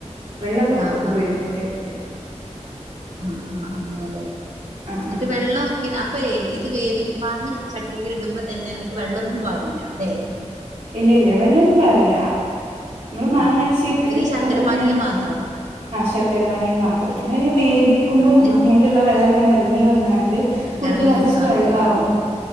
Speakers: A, on the right; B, on the right.
A: വെള്ളം
B: ആഹ്
A: ഉപയോഗിക്കര്ത്
B: ആഹ് ആഹ് ആഹ് അങ്ങനെയല്ലേ
A: ആഹ്
B: എന്നിട്ട്
A: ആഹ്
B: വെള്ളം പിന്നെ അപ്പയെ ഇത് വേബി മാങ്ങ ചട്ടിലിടുമ്പോ തന്നെ അയ്ക്ക് വെള്ളൊന്നും പാരുലാല്ലേ
A: ഇല്ല ഇല്ല വെള്ളവോന്നും പാരൂല നമ്മള് മാങ്ങാച്ചിയക്ക്
B: ആഹ് പിന്നെ ഈ
A: <unintelligible>
B: ശർക്കര പാനീയം മാത്രം
A: ആഹ് ശർക്കര പാനിയം മാത്രം പിന്നെ വേവിക്കുമ്പോ
B: ആഹ് എന്നിട്ട്
A: മാങ്ങലിള്ള വെള്ളം ഇങ്ങനെ എറങ്ങി വന്നണ്ട് കുടുക്ക
B: എറങ്ങി
A: നെറച്ച്
B: വരും
A: വെള്ളാവും
B: ആഹ് ആഹ്